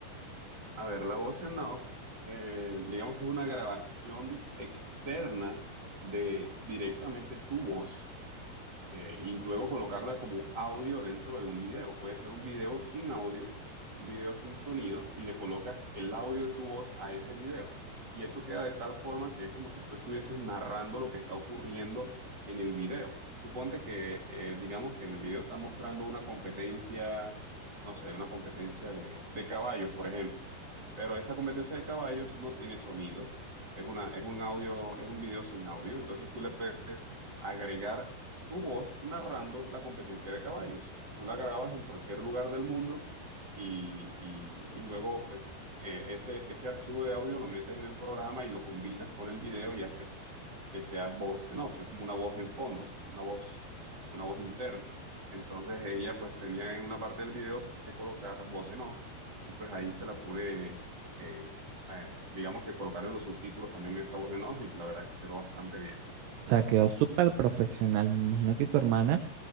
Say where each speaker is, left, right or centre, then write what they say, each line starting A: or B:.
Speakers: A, on the right; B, on the right.
A: A ver, la voz en off, eh, digamos que es una grabación externa de directamente tu voz eh, y luego colocarla como audio dentro de un video. Puede ser un video sin audio, un video sin sonido, y le colocas el audio de tu voz a ese video. Y eso queda de tal forma que es como si tú estuvieses narrando lo que está ocurriendo en el video. Suponte que, eh, digamos que en el video están mostrando una competencia, no sé, una competencia de, de caballos, por ejemplo. Pero esa competencia de caballos no tiene sonido. Es una, es un audio, es un video sin audio. Entonces tú le puedes agregar tu voz narrando la competencia de caballos. Tú la grabas en cualquier lugar del mundo y, y- y luego pues, eh, ese, ese archivo de audio lo metes en el programa y lo combinas con el video y hace que, que sea voz en off, es como una voz en fondo, una voz, una voz interna. Entonces ella pues tenía en una parte del video que colocar voz en off y pues ahí se la pude, eh, eh, digamos que colocar en los subtítulos también esa voz en off y la verdad que quedó bastante bien.
B: O sea, quedó súper profesional. Me imagino que tu hermana